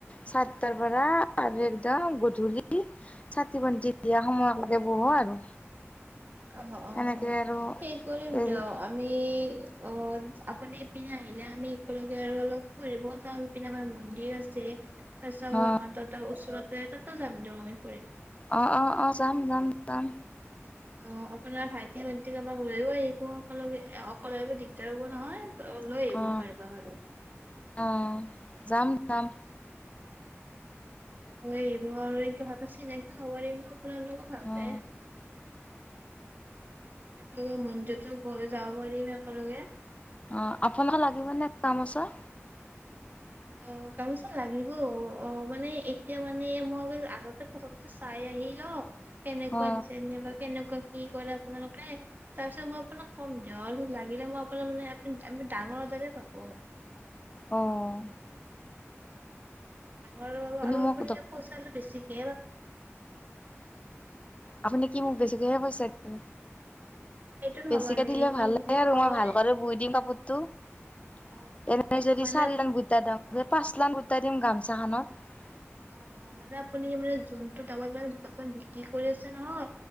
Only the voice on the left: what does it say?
চাতটাৰ পৰা আৰু একদম গধূলি চাকি বন্তি দিয়া সময়লৈকে বহো আৰু।
এনেকে আৰু
হেৰি
অ
অ- অ- অ যাম- যাম -যাম
অ
আহ যাম, যাম
অ
অ আপোনাৰ লাগিব নে কাম আছ
অ
অঁ
মোক
আপুনি কি মোক বেছিকৈহে পইচা দিব
বেছিকে
দিলে
ভালে
আৰু
মই ভালক বৈ দিম কাপুৰটো ত
এনে যদি
চাৰি
লান ভুটা দা
পাঁচ লান ভুটা দিম গা জাহানত